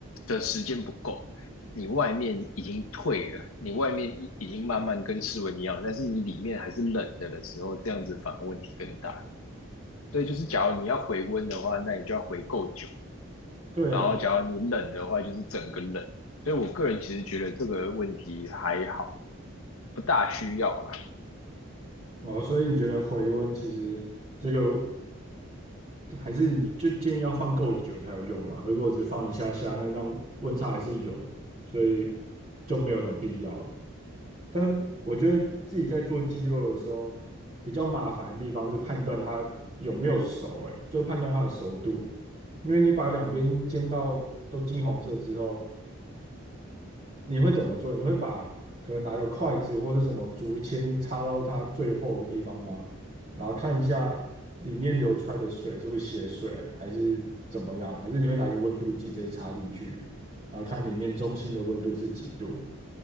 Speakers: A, on the left; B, on the right.
A: 的时间不够，你外面已经退了，你外面已已经慢慢跟室温一样，但是你里面还是冷的的时候，这样子反而问题更大。所以就是，假如你要回温的话，那你就要回够久，
B: 对啊，
A: 然后假如你冷的话，就是整个冷。所以我个人其实觉得这个问题还好，不大需要啦，
B: 哦，所以你觉得回温其实这个还是你就建议要放够久才有用嘛？如果只放一下下，那让温差还是有，所以就没有什么必要了。但我觉得自己在做鸡肉的时候，比较麻烦的地方是判断它有没有熟、欸，哎，就判断它的熟度。因为你把两边煎到都金黄色之后，你会怎么做？你会把可能拿个筷子或是什么竹签插到它最后的地方吗？然后看一下里面流出来的水是不是血水，还是怎么样？还是你会拿个温度计直接插进去，然后看里面中心的温度是几度？